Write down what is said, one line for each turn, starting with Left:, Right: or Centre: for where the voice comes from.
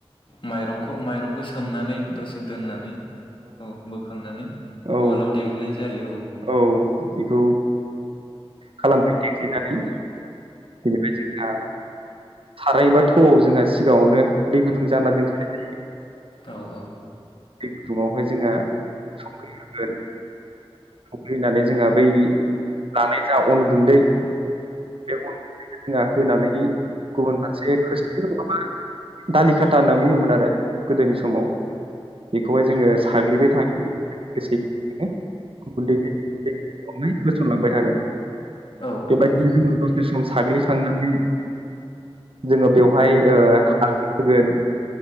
Left: माइरंखौ माइरं सो मनानै दसे दोननानै औ बोखांनानै
Right: औ
Left: उवालाव देग्लिनाय जायो।
Right: औ बेखौ खालामबाय देग्लिनानै बेनिफ्राय जोंहा साराय बा थौआव जोंहा सिगाङावनो दै गुदुं जाना दोनखानाय जायो।
Left: औ औ औ
Right: बे गुदुुवावहाय जोङो संख्रि होगोन संख्रि होनानै जोहा बै लानाय जा अन गुन्दै बे अन गुन्दैखौ जोंहा होनानै गुबुन फारसे खोस्लि नङाबा दालि खाथा होनना बुङोमोन आरो गोदोनि समाव बेखौहाय जोङो साग्लिबाय थागोन लोगोसेयैनो अन गुन्दै <unintelligible> नै होसनलांबाय थागोन
Left: औ
Right: बेबायदिनो
Left: औ
Right: जोङो दसे सम साग्लिखांनानै जोङो बेवहाय ओ हालदि होगोन